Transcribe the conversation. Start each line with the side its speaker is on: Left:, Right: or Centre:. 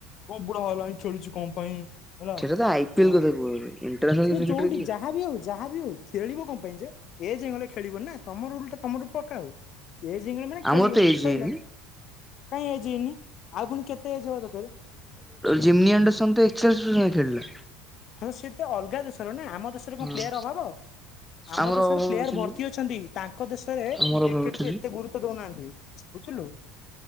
Left: କଣ ବୁଢା ହଲାଣିଁ! !!!!!!!!! କଣ ପାଇଁ? ହେଲା
Centre: ସେଟା ତ ଆଇ ପିଏଲ
Left: ହଁ
Centre: କଥା କୁହା ହୁଏ ଇଣ୍ଟରନ୍ୟାସନାଲ
Left: ସେ
Centre: କ୍ରିକେଟରେ
Left: ଯୋଉଠି
Centre: କିଏ?
Left: ଯାହାବ ହୋଉ ଯାହାବି ହଉ ଖେଳିବ କଣ ପାଇଁ ଯେ ଏଯ ଖେଳିବନି ନାଁ ତମ ରୁଲ ଟା ତମର ରୁ ପକ୍କାଓ। ଏଜେ ହେଇଗଲା ମାନେ
Centre: ଆମର
Left: ଖେଳିବନି,
Centre: ତ ଏଜ୍
Left: ସରିଲା
Centre: ହେଇନି
Left: କାଇଁ ଏଜ୍ ହେଇନି ଆଉ ପୁଣି କେତେ ଏଜ୍ ହବ ଦକରେ?
Centre: ଜିନି ଆଣ୍ଡରସନ୍ ତ ଏ <unintelligible> ଖେଳିଲା।
Left: ହଁ ସେ ତ ଅଲଗା ଦେଶର ନା ଆମ ଦେଶରେ
Centre: ହଁ
Left: କଣ ପ୍ଲେୟାର ଅଭାବ। ଆମ
Centre: ଆମର
Left: ଦେଶରେ
Centre: ଅଭାବ
Left: ପ୍ଲେୟାର ଭର୍ତ୍ତି
Centre: ବା,
Left: ଅଛନ୍ତି, ତାଙ୍କ ଦେଶରେ
Centre: ଆମର
Left: କ୍ରିକେଟ
Centre: ଅଭାବ ଅଛନ୍ତି।
Left: କୁ ଏତେ ଗୁରୁତବ ଦଉନାହାନ୍ତି। ବୁଝିଲୁ